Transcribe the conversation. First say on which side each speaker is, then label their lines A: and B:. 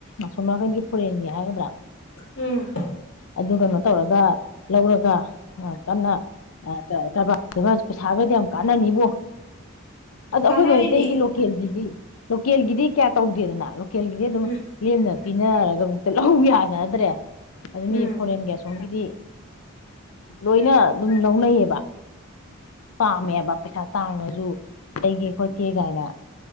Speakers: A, on the left; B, on the left.
A: ꯑꯁꯣꯝ ꯅꯥꯀꯟꯒꯤ ꯐꯣꯔꯦꯟꯒꯤ ꯍꯥꯏꯒꯗ꯭ꯔꯥ
B: ꯎꯝ
A: ꯑꯗꯨ ꯀꯩꯅꯣ ꯇꯧꯔꯒ ꯂꯧꯔꯒ ꯀꯟꯅ ꯀꯔꯕꯥꯔ ꯄꯩꯁꯥꯒꯗꯤ ꯌꯥꯝ ꯀꯥꯟꯅꯅꯤꯕꯣ ꯑꯗꯣ
B: ꯀꯥꯟꯅꯔꯤꯅꯦ
A: ꯑꯩꯈꯣꯏ ꯃꯩꯇꯩꯒꯤ ꯂꯣꯀꯦꯜꯒꯤꯗꯤ ꯂꯣꯀꯦꯜꯒꯤꯗꯤ ꯀꯌꯥ ꯇꯧꯗꯦꯗꯅ ꯂꯣꯀꯦꯜꯒꯤꯗꯤ ꯑꯗꯨꯝ
B: ꯎꯝ
A: ꯂꯦꯝꯅ ꯄꯤꯅꯔꯒ ꯃꯨꯛꯇ ꯂꯧ ꯌꯥꯅꯗ꯭ꯔꯦ ꯑꯗꯨ
B: ꯎꯝ
A: ꯃꯤ ꯐꯣꯔꯦꯟꯒꯁꯣꯝꯒꯤꯗꯤ ꯂꯣꯏꯅ ꯑꯗꯨꯝ ꯂꯧꯅꯩꯌꯦꯕ ꯄꯥꯝꯃꯦꯕ ꯄꯩꯁꯥ ꯇꯥꯡꯔꯉꯁꯨ ꯇꯩꯒꯦ ꯈꯣꯠꯀꯦ ꯀꯥꯏꯅ